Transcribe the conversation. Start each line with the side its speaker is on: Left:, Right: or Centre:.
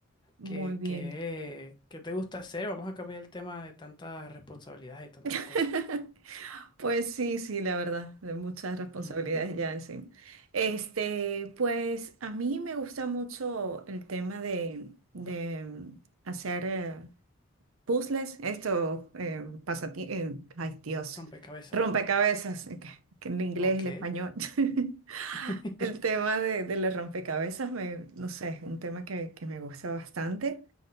Right: Muy
Left: ¿qué,
Right: bien.
Left: qué, qué te gusta hacer? Vamos a cambiar el tema de tantas responsabilidades y tantas
Right: <laughs>
Left: cosas.
Right: Pues sí, sí, la verdad, de muchas responsabilidades
Left: Ujú,
Right: ya encima. Este, pues a mí me gusta mucho el tema de, de hacer eh, puzzles, esto, eh, pasati- eh, ay Dios,
Left: Rompecabezas.
Right: rompecabezas, eh, que, que en inglés,
Left: Ok,
Right: el español. <laughs>
Left: <laughs>
Right: El tema de, de los rompecabezas, me, no sé, es un tema que, que me gusta bastante.